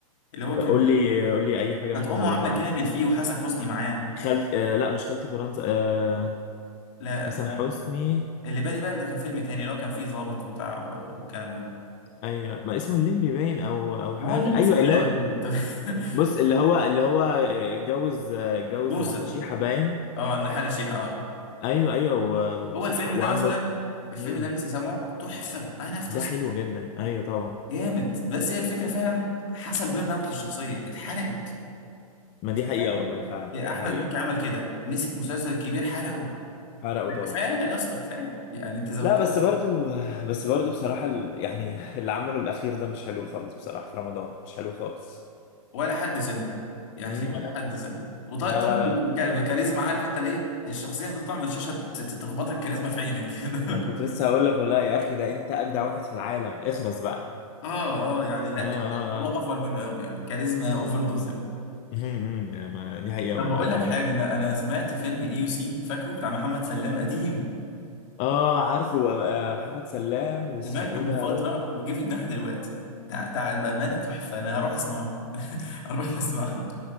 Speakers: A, on the left (about 55°); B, on the left (about 30°).
A: اللي هو كان
B: فقول لي قول لي اي حاجة
A: كانت
B: منه
A: امه
B: هقول
A: عبله
B: معاك
A: كامل فيه وحسن حسني معاه
B: خالت آه لا مش خالتي فرنسا آه
A: لا
B: حسن حسني
A: اللي بالي بالك ده كان فيلم تاني اللي هو كان فيه ظابط وبتاع و- والكلام ده
B: ايوه ما اسمه الليمبي باين او او
A: ما
B: حاجه
A: هو الليمبي
B: ايوه
A: في كل
B: اللي
A: الافلام
B: هو
A: طب <laughs>
B: بص اللي هو اللي هو اتجوز اتجوز
A: موسى
B: هنا شيحه باين
A: اه الحالة شيحة اه
B: ايوه ايوه و-
A: هو
B: وصح
A: الفيلم ده
B: وعم
A: مثلا الفيلم
B: امم
A: ده لسه سامعه تحفة انا في
B: ده
A: تصل
B: حلو جدا ايوه طبعا
A: جامد بس هي الفكرة فعلا حصل بيرن اوت للشخصية اتحرقت
B: ما دي
A: ففعلا
B: حقيقه والله فعلا
A: احمد
B: دي حقيقه
A: مكي عمل كده مسك مسلسل كبير حرقه
B: حرقوا
A: لا،
B: طبعا
A: كفاية يا اسطى كفاية يعني انت زودت
B: لا بس برضو آه، بس برضو بصراحه ال- يعني اللي عمله الاخير ده مش حلو خالص بصراحه في رمضان مش حلو خالص
A: ولا حد سمعه يعني
B: امم
A: ولا حد سمعه وطيب
B: لا لا لا لا
A: الكاريزما عارف انت ليه الشخصيه هتطلع من الشاشه ت- ت- تخبطك كاريزما في عينك كده
B: ما كنت
A: <laughs>
B: لسه هقول لك والله يا اخي ده انت اجدع واحد في العالم اخرس بقى
A: اه اه يعني لا
B: اه اه
A: الموضوع
B: آه.
A: اوفر منه قوي يعني كاريزما اوفر دوز قوي
B: امم يا ما- دي حقيقة
A: طب
B: والله
A: بقول
B: فعلا
A: لك حاجه انا انا سمعت فيلم اي يو سي فاكره بتاع محمد سلام قديم
B: اه عارفه آه، محمد سلام واسمه
A: سمعته
B: ايه
A: من
B: ده
A: فتره
B: يا رب
A: وجه في دماغي دلوقتي تع... تع... بامانه تحفه انا هروح اسمعه <laughs> هروح اسمعه